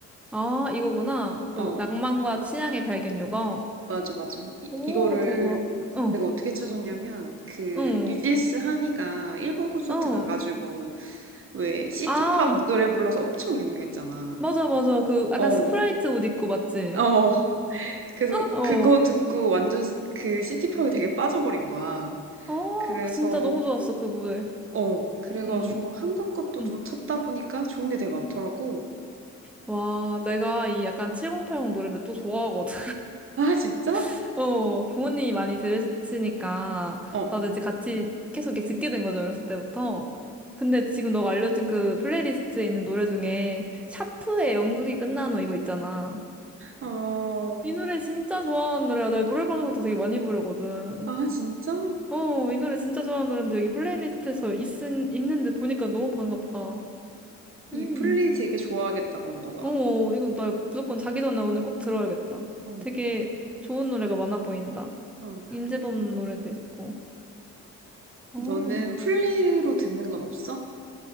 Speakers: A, in the centre; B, on the right.
A: 아, 이거구나. 그,
B: 어,
A: 낭만과 취향의 발견 요거.
B: 맞아, 맞아. 이,
A: 오,
B: 이거를
A: 대박. 어,
B: 내가 어떻게 찾았냐면 그
A: 응,
B: 뉴진스 한이가 일본 콘서트
A: 어.
B: 가가지고 왜 시티팝
A: 아,
B: 노래 불러서 엄청 유명했잖아.
A: 맞아, 맞아. 그, 약간
B: 어,
A: 스프라이트 옷 입고 맞지?
B: 어. 그래서
A: 어.
B: 그거 듣고 완전 시- 그 시티팝에 되게 빠져버린 거야.
A: 아,
B: 그래서
A: 진짜 너무 좋았어, 그 무대.
B: 어, 그래가지고
A: 응.
B: 한국 것도
A: 응.
B: 좀 찾다 보니까 좋은 게 되게 많더라고.
A: 와, 내가 이 약간 7080 노래를 또 좋아하거든.
B: 아, 진짜?
A: <laughs> 어, 부모님이 많이 들으시니까,
B: 어,
A: 나도
B: 어.
A: 이제 같이 계속 이렇게 듣게 된 거죠, 어렸을 때부터. 근데 지금 너가 알려준 그 플레이리스트에 있는 노래 중에, 샤프의 연극이 끝난 후 이거 있잖아.
B: 어,
A: 이 노래 진짜 좋아하는 노래야. 나 이 노래방에서도 되게 많이 부르거든.
B: 아, 진짜?
A: 어, 이 노래 진짜 좋아하는 노래인데 여기 플레이리스트에서 있, 있는데 보니까 너무 반갑다.
B: 이
A: 음.
B: 플리 되게 좋아하겠다, 그럼 너가.
A: 어, 어, 이거 나 무조건 자기 전에 오늘 꼭 들어야겠다.
B: 응,
A: 되게 좋은 노래가 많아 보인다.
B: 응.
A: 임재범 노래도 있고. 어,
B: 너는 플리로 듣는 건 없어?